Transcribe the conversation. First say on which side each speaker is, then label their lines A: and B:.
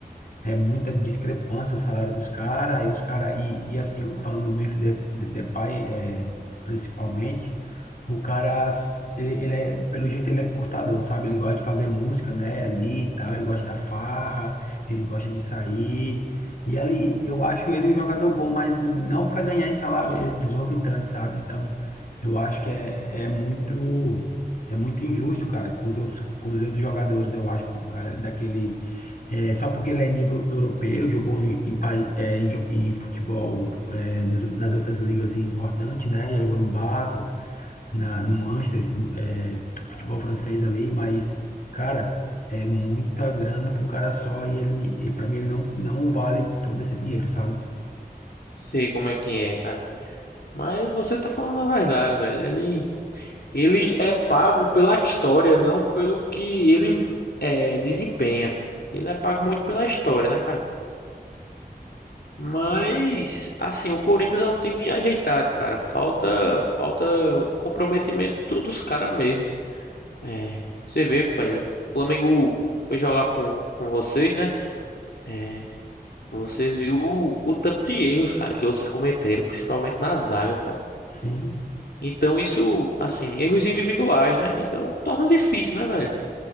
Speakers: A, on the left; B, on the left.
A: é muita discrepância o salário dos caras, e os caras, e, e assim, falando do Memphis De- De- Depay, é, principalmente, o cara, ele, ele é, pelo jeito ele é curtador sabe? Ele gosta de fazer música, né, ali e tal, ele gosta da farra, ele gosta de sair, e ele, eu acho ele um jogador bom, mas não para ganhar esse salário exorbitante, sabe? Então, eu acho que é, é muito... É muito injusto, cara, com os outros, com os outros jogadores, eu acho, um cara daquele, é, só porque ele é nível europeu, jogou em, em, pai- é, em, jo- em futebol é, nos- nas outras ligas importantes, né? Já jogou no Barça, na, no Manchester, no, é, futebol francês ali, mas, cara, é muita grana para um cara só e ele, para mim, ele não, não vale todo esse dinheiro, sabe?
B: Sei como é que é, cara. Mas você tá falando a verdade, velho. Ele Ele é pago pela história, não pelo que ele é, desempenha. Ele é pago muito pela história, né, cara? Mas, assim, o Corinthians é um time ajeitado, cara. Falta, falta o comprometimento de todos os caras mesmo. É, você vê, velho, o Flamengo foi jogar com, com vocês, né? É, Vocês viram o, o tanto de erros, cara, que vocês cometeram, principalmente na zaga, cara.
A: Sim.
B: Então, isso, assim, erros individuais, né? Então, torna difícil, né, velho?